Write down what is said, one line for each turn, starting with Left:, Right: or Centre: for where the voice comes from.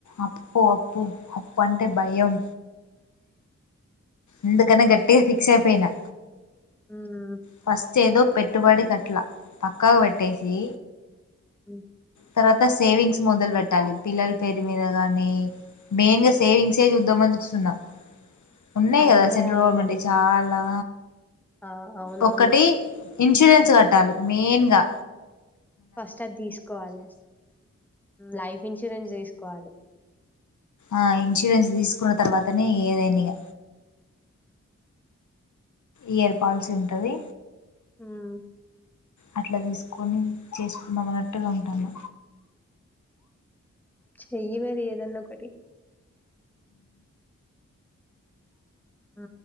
Left: అప్పు, అప్పు. అప్పన్టే భయం. అందుకనే, గట్టిగ ఫిక్స్ అయిపోయినా.
Centre: హ్మ్
Left: ఫస్ట్ ఏదో పెట్టుబడికట్లా. పక్కకు పెట్టేసి.
Centre: ఉమ్
Left: తర్వాత సేవింగ్స్ మొదలు పెట్టాలి. పిల్లల పేరు మీద గానీ, మెయిన్ సేవింగ్స్ ఏ చూద్దామని చూస్తున్నా. ఉన్నయి
Centre: అదే
Left: కదా,
Centre: చేయాలి
Left: సెంట్రల్ గవర్నమెంట్
Centre: మరి
Left: యి చాలా.
Centre: ఆ, అవునవును.
Left: ఒకటి ఇన్సూరెన్స్ కట్టాలి మేన్గా
Centre: ఫస్ట్ అది తీసుకోవాలి లైఫ్ ఇన్సూరెన్స్ తీసుకోవాలి
Left: ఆ ఇన్సూరెన్స్ తీసుకున్న తర్వాతనే ఏదైన ఇక ఇయర్ పాల్సీ ఉంటది
Centre: ఉమ్
Left: అట్ల తీసుకొని చేసుకుందాం అన్నట్టుగా ఉంటాది
Centre: చెయి మరి ఏదన్న ఒక్కటి ఆ